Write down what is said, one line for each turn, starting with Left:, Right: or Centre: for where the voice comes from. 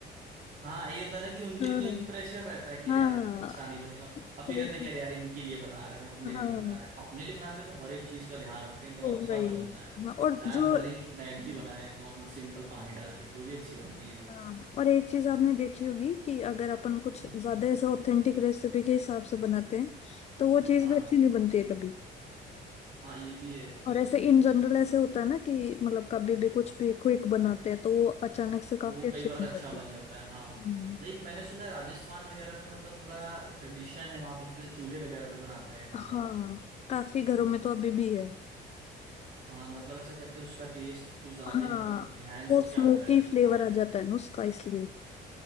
Right: हाँ ये होता है ना कि उनके
Left: <laughs>
Right: लिए
Left: हाँ
Right: तो एक प्रेशर रहता है कि
Left: हाँ
Right: अरे यार अच्छा नहीं बनेगा और फिर
Left: वही
Right: रहता
Left: तो
Right: है कि अरे यार इनके लिए बना रहे हैं हम अपने लिए
Left: हाँ
Right: नहीं बना रहे अपने लिए बनाते हैं तो हर एक चीज का ध्यान रखते हैं एकदम
Left: तो
Right: अच्छा
Left: वही
Right: सा बनता है
Left: हाँ और
Right: चाहे
Left: जो
Right: हम भले ही मैगी बनाए नॉर्मल सिंपल पानी डाल के तो भी अच्छी बनती है वो
Left: हाँ और एक चीज आपने देखी होगी कि अगर अपन कुछ
Right: हम्म।
Left: ज्यादा ऐसे ऑथेंटिक रेसिपी के हिसाब से बनाते हैं तो वो चीज
Right: हाँ
Left: भी अच्छी नहीं बनती है कभी
Right: हाँ ये भी है
Left: और ऐसे इन जनरल ऐसे होता है ना कि मतलब कभी भी कुछ भी क्विक बनाते हैं तो वो अचानक से
Right: तो
Left: काफी
Right: वो
Left: अच्छी
Right: कई बार
Left: बन
Right: अच्छा
Left: जाती
Right: बन जाता है हाँ
Left: है
Right: लाइक मैंने सुना है राजस्थान वगैरह में मतलब थोड़ा ट्रेडिशन है वहां पे जैसे चूल्हे वगैरह पे बनाते हैं खाना
Left: हाँ काफी घरों में तो अभी भी है
Right: हाँ मतलब ऐसा कहते हैं उसका टेस्ट कुछ ज्यादा
Left: हाँ
Right: ही मतलब इनहेंस
Left: वो
Right: होके
Left: स्मोकी
Right: आता है
Left: फ्लेवर
Right: खाने में
Left: आ जाता है ना उसका इसलिए